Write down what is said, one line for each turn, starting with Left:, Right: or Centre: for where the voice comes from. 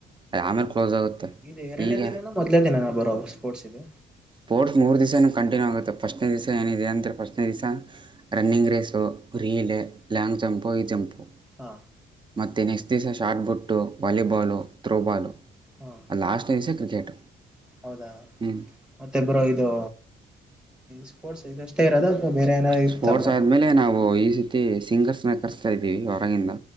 Right: ಅ ಆಮೇಲೆ ಕ್ಲೋಸ್ ಆಗುತ್ತೆ
Centre: ಇದು ಎರಡನೇ
Right: ಈಗ
Centre: ದಿನನ ಮೊದಲೇ ದಿನನ ಬರೋ ಸ್ಪೋರ್ಟ್ಸ್ ಇದು
Right: ಸ್ಪೋರ್ಟ್ ಮೂರು ದಿವಸ ಕಂಟಿನ್ಯೂ ಆಗೆ ಮತ್ತು ಫಸ್ಟ್ನೇ ದಿವಸ ಏನಿದೆ ಅಂದರೆ ಫಸ್ಟ್ನೇ ದಿವಸ ರನ್ನಿಂಗ್ ರೇಸು ರೀಲ ಲಾಂಗ್ ಜಂಪು ಈ ಜಂಪು
Centre: ಹಾ
Right: ಮತ್ತು ನೆಕ್ಸ್ಟ್ ದಿವಸ ಶಾರ್ಟ್ಬುಟ್ಟು ವಾಲಿಬಾಲು ತ್ರೋಬಾಲು
Centre: ಹಾ
Right: ಲಾಸ್ಟ್ ವಸೇ ಕ್ರಿಕೆಟ್
Centre: ಹೌದಾ
Right: ಹ
Centre: ಮತ್ತೆ ಬ್ರೋ ಇದು ಸ್ಪೋರ್ಟ್ಸ್ ಇದಷ್ಟೇ ಇರೋದ ಅಥವಾ ಬೇರೆ ಏನಾರ ಇತ್ತ
Right: ಸ್ಪೋರ್ಟ್ಸ್
Centre: ಬ್ರೋ
Right: ಆದ್ಮೇಲೆ ನಾವು ಈ ರೀತಿ ಸಿಂಗರ್ಸ್ನ ಕರೆಸ್ತಾ ಇದ್ದೀವಿ ಹೊರಗಿಂದ